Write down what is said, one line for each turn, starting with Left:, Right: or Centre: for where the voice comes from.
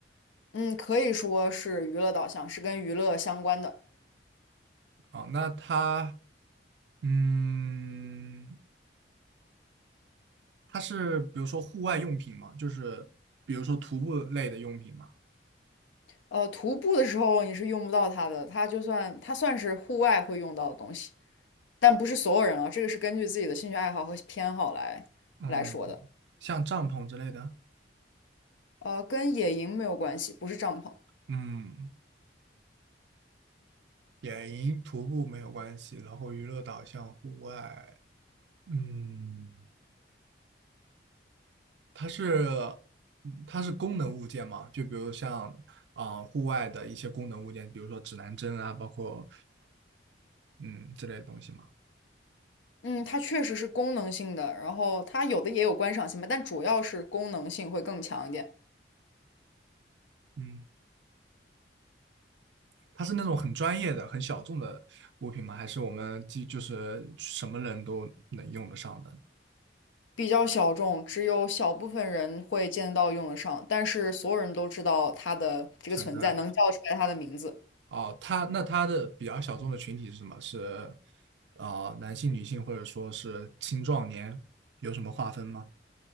Left: 嗯，可以说是娱乐导向，是跟娱乐相关的。
Right: 哦，那它嗯，它是比如说户外用品吗？就是比如说徒步类的用品吗？
Left: 呃，徒步的时候你是用不到它的，它就算它算是户外会用到的东西，但不是所有人啊，这个是根据自己的兴趣爱好和偏好来来说的。
Right: 嗯，像帐篷之类的，
Left: 呃，跟野营没有关系，不是帐篷。
Right: 嗯，野营徒步没有关系，然后娱乐导向户外，嗯，它是嗯它是功能物件嘛，就比如像啊、户外的一些功能物件，比如说指南针啊，包括嗯之类的东西嘛，
Left: 嗯，它确实是功能性的，然后它有的也有观赏性吧，但主要是功能性会更强一点，
Right: 嗯，它是那种很专业的、很小众的物品吗？还是我们既就是什么人都能用得上的呢
Left: 比较小众，只有小部分人会见得到用得上，但是所有人都知道它的这个存在，
Right: 存在？
Left: 能叫出来它的名字，
Right: 哦，他那他的比较小众的群体是什么？是啊、呃男性、女性，或者说是青壮年，有什么划分吗？